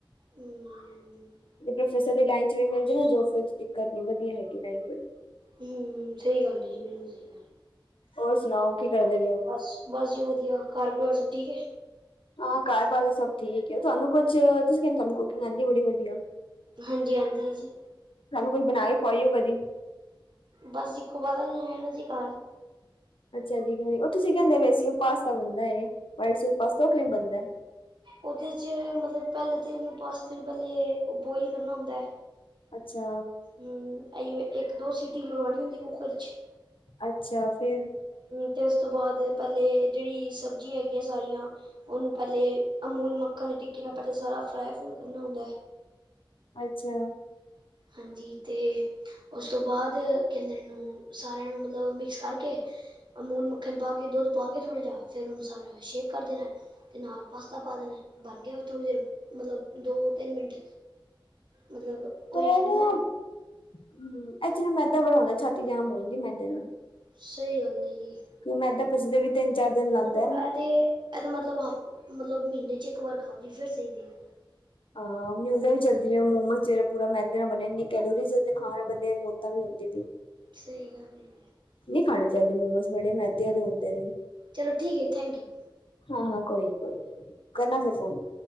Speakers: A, on the right (about 65°); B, on the left (about 85°).
A: ਹੂੰ -
B: ਪ੍ਰੋਫੈਸਰ ਦੀ ਲਾਈਨ ਚ ਵੀ ਮਿਲ ਜਾਏ ਨਾ ਜੋਬ, ਫਿਰ ਦਿੱਕਤ ਨਹੀਂ ਵਧੀਆ ਹੈਗੀ ਲਾਈਨ ਬੜੀ।
A: ਹੂੰ - ਸਹੀ ਗੱਲ ਜੀ, ਬਿਲਕੁਲ ਸਹੀ ਗੱਲ ਏ।
B: ਔਰ ਸੁਣਾਓ ਕੀ ਕਰਦੇ ਪਓ?
A: ਬਸ, ਬਸ ਜੀ ਵਧੀਆ, ਘਰ ਪਰਿਵਾਰ ਸਭ ਠੀਕ ਏ।
B: ਹਾਂ, ਘਰ-ਬਾਰ ਤੇ ਸਭ ਠੀਕ ਏ, ਤੁਹਾਨੂੰ ਕੁਛ ਤੁਸੀਂ ਕਹਿੰਦੇ ਤੁਹਾਨੂੰ ਕੁਕਿੰਗ ਆਂਦੀ ਬੜੀ ਵਧੀਆ।
A: ਹਾਂਜੀ, ਆਂਦੀ ਐ ਜੀ।
B: ਸਾਨੂੰ ਕੁਝ ਬਣਾ ਕੇ ਖਵਾਈਓ ਕਦੀ।
A: ਬਸ ਜੀ ਖਵਾਦਾਂਗੇ, ਆਣਾ ਜੀ ਘਰ।
B: ਅੱਛਾ ਜੀ, ਕਿਵੇਂ ਉਹ ਤੁਸੀਂ ਕਹਿੰਦੇ ਪਏ ਸੀ। ਉਹ ਪਾਸਤਾ ਬਣਦਾ ਏ, ਵ੍ਹਾਈਟ ਸੋਸ ਪਾਸਤਾ ਕਿਵੇਂ ਬਣਦਾ।
A: ਉਹਦੇ ਚ ਮਤਲਬ, ਪਹਿਲੇ ਤੇ ਇੱਨੂੰ ਪਾਸਤੇ ਨੂੰ ਪਹਿਲੇ ਬੋਇਲ ਕਰਨਾ ਹੁੰਦਾ ਐ।
B: ਅੱਛਾ।
A: ਹਂ, ਆਇਓ ਇੱਕ ਦੋ ਸੀਟੀ ਮਰਵਾਣੀ ਹੁੰਦੀ ਕੂੱਕਰ ਚ।
B: ਅੱਛਾ, ਫਿਰ
A: ਹਂ ਤੇ ਉਸ ਤੋਂ ਬਾਅਦ ਪਹਿਲੇ ਜਿਹੜੀ ਸਬਜ਼ੀਆਂ ਹੈਗੀਆਂ ਸਾਰੀਆਂ ਉਹਨੂੰ ਪਹਿਲੇ ਅਮੂਲ ਮੱਖਣ ਦੀ ਟਿੱਕੀ ਨਾਲ ਪਹਿਲੇ ਸਾਰਾ ਫਰਾਈ-ਫਰੂ ਕਰਨਾ ਹੁੰਦਾ ਐ।
B: ਅੱਛਾ।
A: ਹਾਂਜੀ ਤੇ ਉਸ ਤੋਂ ਬਾਅਦ ਕਹਿੰਦੇ ਇਨੂੰ ਸਾਰਿਆਂ ਨੂੰ ਮਤਲਬ, ਮਿਕਸ ਕਰਕੇ ਅਮੂਲ ਮੱਖਣ ਮੱਖਣ ਪਾ ਕੇ, ਦੁੱਧ ਪਾ ਕੇ, ਥੋੜ੍ਹਾ ਜਿਹਾ ਫਿਰ ਉਹਨੂੰ ਸਾਰਾ ਸ਼ੇਕ ਕਰ ਦੇਣਾ ਤੇ ਨਾਲ ਪਾਸਤਾ ਪਾ ਦੇਣਾ। ਬਣ ਗਿਆ, ਥੋੜ੍ਹੀ ਦੇਰ ਮਤਲਬ, ਦੋ-ਤਿੰਨ ਮਿੰਟ ਮਤਲਬ ਉਹੀ
B: ਪਰ
A: ਕਰਨਾ
B: ਉਨੂੰ ਹਂ, ਇਹ ਚ ਮੈਦਾ ਬੜਾ ਹੁੰਦਾ, ਛਾਤੀ ਜਾਮ ਹੋ ਜਾਂਦੀ ਮੈਦੇ ਨਾ
A: ਸਹੀ ਗੱਲ ਹੈ ਜੀ
B: ਕਿ ਮੈਂਦਾਂ ਪਚੱਦੇ ਵੀ ਤਿੰਨ-ਚਾਰ ਦਿਨ ਲਾਂਦਾ
A: ਮਤਲਬ
B: ਐ ਨਾ।
A: ਇਹ ਤੇ ਇਹ ਤਾਂ ਮਤਲਬ ਹਫ ਮਤਲਬ ਮਹੀਨੇ ਚ ਇੱਕ ਵਾਰ ਖਾਓ ਜੀ ਫਿਰ ਸਹੀ ਰਏਗਾ।
B: ਹਾਂ ਨਿਊਜ਼ਾਂ ਵੀ ਚੱਲਦੀ ਪੀਆਂ ਮੋਮੋਸ ਜੇੜਾ ਪੂਰਾ ਮੈਦੇ ਨਾਲ ਬਣਿਆ ਇੰਨੀ ਕੈਲੋਰੀਜ਼ ਖਾਣ ਨਾਲ ਬੰਦੇ ਦੀਆਂ ਮੌਤਾਂ ਵੀ ਹੁੰਦੀ ਪਈ।
A: ਸਹੀ ਗੱਲ ਐ।
B: ਨ੍ਹੀਂ ਖਾਣੇ ਚਾਈਦੇ ਮੋਮੋਸ ਬੜੇ ਮੈਦੇ ਆਦੇ ਹੁੰਦੇ ਨੇ।
A: ਚਲੋ ਠੀਕ ਐ ਥੈਂਕ ਯੂ।
B: ਹਾਂ ਹਾਂ ਕੋਈ ਨੀ ਕੋਈ ਨੀ, ਕਰਨਾ ਫਿਰ phone.